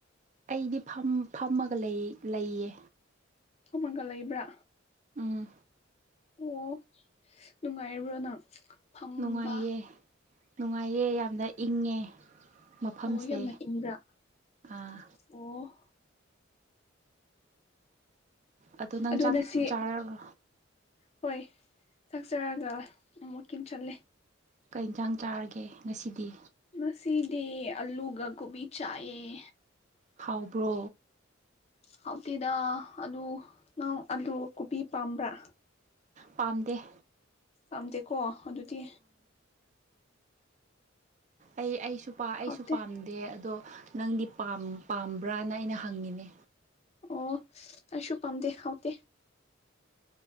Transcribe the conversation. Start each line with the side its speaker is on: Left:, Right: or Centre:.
Right: ꯑꯩꯗꯤ ꯐꯝ ꯐꯝꯃꯒ ꯂꯩ ꯂꯩꯌꯦ
Left: ꯐꯝꯃꯒꯥ ꯂꯩꯕ꯭ꯔꯥ
Right: ꯎꯝ
Left: ꯑꯣ ꯅꯨꯡꯉꯥꯏꯔꯤꯕ꯭ꯔꯣ ꯅꯪ ꯐꯝꯕ
Right: ꯅꯨꯡꯉꯥꯏꯌꯦ ꯅꯨꯡꯉꯥꯏꯌꯦ ꯌꯥꯝꯅ ꯏꯪꯉꯦ ꯃꯐꯝꯁꯦ
Left: ꯑꯣ ꯌꯥꯝꯅ ꯏꯪꯕ꯭ꯔꯥ
Right: ꯑꯥ
Left: ꯑꯣ
Right: ꯑꯗꯣ ꯅꯪ
Left: ꯑꯗꯨꯅ
Right: ꯆꯥꯛ
Left: ꯁꯤ
Right: ꯆꯥꯔꯕꯣ
Left: ꯍꯣꯏ ꯆꯛꯆꯔꯒ ꯑꯃꯨꯛꯀꯤꯡ ꯆꯠꯂꯦ
Right: ꯀꯩ ꯏꯟꯇꯖꯥꯡ ꯆꯥꯔꯒꯦ ꯉꯁꯤꯗꯤ
Left: ꯉꯁꯤꯗꯤ ꯑꯂꯨꯒ ꯀꯣꯕꯤ ꯆꯥꯏꯑꯌꯦ
Right: ꯍꯥꯎꯕ꯭ꯔꯣ
Left: ꯍꯥꯎꯇꯤꯗ ꯑꯥꯂꯨ ꯅꯪ ꯑꯥꯂꯨ ꯀꯣꯕꯤ ꯄꯥꯝꯕ꯭ꯔꯥ
Right: ꯄꯥꯝꯗꯦ
Left: ꯄꯥꯝꯗꯦꯀꯣ ꯑꯗꯨꯗꯤ
Right: ꯑꯩ ꯑꯩꯁꯨ
Left: ꯍꯥꯎꯇꯦ
Right: ꯄꯥꯝ ꯗ ꯑꯗꯣ ꯅꯪꯗꯤ ꯄꯥꯝꯕ꯭ꯔꯥꯅ ꯑꯩꯅ ꯍꯪꯉꯤꯅꯦ
Left: ꯑꯣ ꯑꯩꯁꯨ ꯄꯥꯝꯗꯦ ꯍꯥꯎꯇꯦ